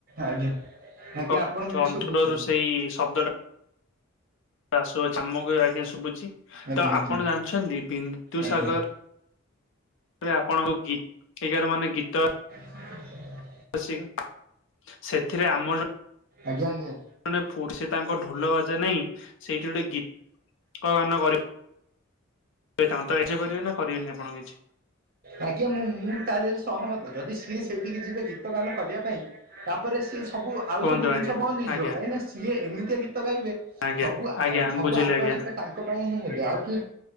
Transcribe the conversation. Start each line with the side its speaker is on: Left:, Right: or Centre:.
Right: ଆଜ୍ଞା ଆଜ୍ଞା
Left: ତାଙ୍କ
Right: ଆପଣଙ୍କୁ ବି
Left: ଅଞ୍ଚଳରୁ
Right: ଶୁଭୁଥିବ
Left: ସେଇ ଶବ୍ଦଟା ଆସ ଚାମକ ଆଜ୍ଞା ଶୁଭୁଛି
Right: ଆଜ୍ଞା
Left: ତ
Right: ଆଜ୍ଞା
Left: ଆପଣ ଜାଣିଛନ୍ତି ବିନ୍ଦୁସାଗର
Right: ଆଜ୍ଞା।
Left: ଆପଣଙ୍କୁ ଗୀ ଏଗାର ମାନେ ଗୀତ
Right: <unintelligible>
Left: <unintelligible> ସେଥିରେ ଆମ
Right: ଆଜ୍ଞା ଆଜ୍ଞା।
Left: ଜଣେ ଫୁଡ୍ ସେ ତାଙ୍କ ଢୋଲ ବାଜା ନାହିଁ ସେଇଠି ଗୋଟେ ଗୀତ ଗାନ କରିବ ତ ଏ ତାନ୍ତ ଏଖେ ପାରିବେ ନା କରିବେନି ଆପଣ କିଛି
Right: ଆଜ୍ଞା ମୋ ମୁଡ୍ ତା ଦିହରେ ସହମତ ଯଦି ସିଏ ସେଇଠିକି ଯିବେ ଗୀତ ଗାନ କରିବା ପାଇଁ ତାପରେ ସିଏ ସବୁ ଆଉ
Left: କୁହନ୍ତୁ
Right: ସବୁ ଜିନିଷ
Left: ଆଜ୍ଞା।
Right: ବନ୍ଦ ହେଇଯିବ।
Left: ଆଜ୍ଞା
Right: କାହିଁକି ନା ସିଏ ଏମିତିଆ ଗୀତ ଗାଇବେ
Left: ଆଜ୍ଞା
Right: ସବୁ ଆ
Left: ଆଜ୍ଞା
Right: ସବୁ
Left: ବୁଝିଲି
Right: ଆକର୍ଷିତ
Left: ଆଜ୍ଞା
Right: ତାଙ୍କ ପାଇଁ ହିଁ ହେବେ ଆଉ କି